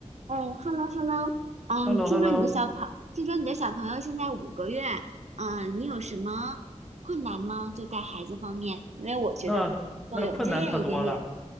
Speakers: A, on the right (about 65°); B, in the centre.
A: 哎 h e l l o hello，嗯，
B: h e l
A: 你听说你的小朋，
B: l o h e l l o
A: 听说你的小朋友现在五个月，嗯，你有什么困难吗？就带孩子方面，因为我觉得我更有经验一点点。
B: 那那困难可多了。